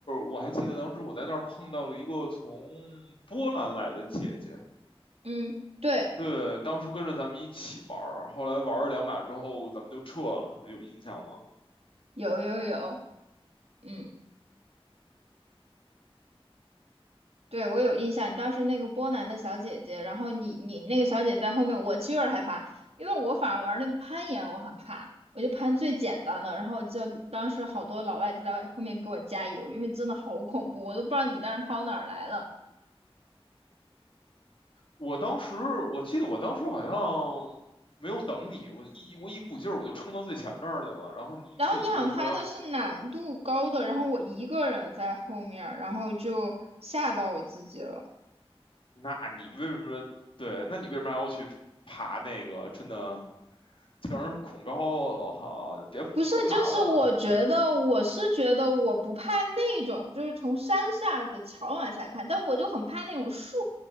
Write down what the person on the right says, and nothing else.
嗯，对，
有有有，嗯。对，我有印象，你当时那个波兰的小姐姐，然后你你那个小姐在后面，我就有点害怕，因为我反而玩那个攀岩我很怕，我就攀最简单的，然后就当时好多老外就在后面给我加油，因为真的好恐怖，我都不知道你当时跑哪儿来了。
然后你好像爬的是难度高的，然后我一个人在后面儿然后就吓到我自己了。
不是，就是我觉得我是觉得我不怕那种，就是从山下的桥往下看，但我就很怕那种树，